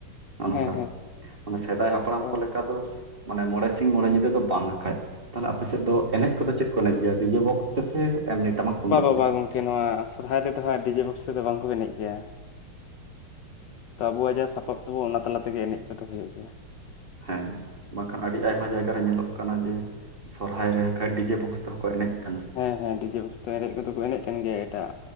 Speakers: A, on the right; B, on the left.
A: ᱱᱚᱜ ᱱᱚᱝᱠᱟ
B: ᱦᱮᱸ ᱦᱮᱸ
A: ᱢᱟᱱᱮ ᱥᱮᱫᱟᱭ ᱦᱟᱯᱲᱟᱢ
B: ᱚ
A: ᱠᱚ ᱞᱮᱠᱟ ᱫᱚ ᱢᱟᱱᱮ ᱢᱚᱬᱮ ᱥᱤᱧ ᱢᱚᱬᱮ ᱧᱤᱫᱟᱹ ᱫᱚ ᱵᱟᱝ ᱦᱟᱠᱷᱟᱡ ᱛᱟᱦᱞᱮ ᱟᱯᱮ ᱥᱮᱫ ᱫᱚ ᱮᱱᱮᱡ ᱠᱚᱫᱚ ᱪᱮᱫ ᱠᱚ ᱮᱱᱮᱡ ᱜᱮᱭᱟ ᱰᱤᱡᱮ ᱵᱚᱠᱥ ᱛᱮᱥᱮ ᱮᱢᱱᱤ ᱴᱟᱢᱟᱠ ᱛᱩᱢᱫᱟᱜ
B: ᱵᱟ ᱵᱟ
A: ᱛᱮ
B: ᱵᱟ ᱜᱚᱝᱠᱮ ᱱᱚᱣᱟ ᱥᱚᱨᱦᱟᱭ ᱨᱮᱫᱚ ᱦᱟᱸᱜ ᱰᱤᱡᱮ ᱵᱚᱠᱥ ᱛᱮᱫᱚ ᱵᱟᱝᱠᱚ ᱮᱱᱮᱡ ᱜᱮᱭᱟ ᱛᱚ ᱟᱵᱚᱣᱟᱜ ᱡᱟ ᱥᱟᱯᱟᱵ ᱛᱟᱵᱚ ᱚᱱᱟ ᱛᱟᱞᱟ ᱛᱮᱜᱮ ᱮᱱᱮᱡ ᱠᱚᱫᱚ ᱦᱩᱭᱩᱜ ᱜᱮᱭᱟ
A: ᱦᱮᱸ ᱵᱟᱝᱠᱷᱟᱱ ᱟᱹᱰᱤ ᱟᱭᱢᱟ ᱡᱟᱭᱜᱟ ᱨᱮ ᱧᱮᱞᱚᱜ ᱠᱟᱱᱟ ᱡᱮ ᱥᱚᱨᱦᱟᱭ ᱨᱮ ᱠᱷᱟᱡ ᱰᱤᱡᱮ ᱵᱚᱠᱥ ᱛᱮᱦᱚᱸ ᱠᱚ ᱮᱱᱮᱡ ᱠᱟᱱᱟ
B: ᱦᱮᱸ ᱦᱮᱸ ᱰᱤᱡᱮ ᱵᱚᱠᱥ ᱛᱮ ᱮᱱᱮᱡ ᱠᱚᱫᱚ ᱠᱚ ᱮᱱᱮᱡ ᱠᱟᱱ ᱜᱮᱭᱟ ᱮᱴᱟᱜ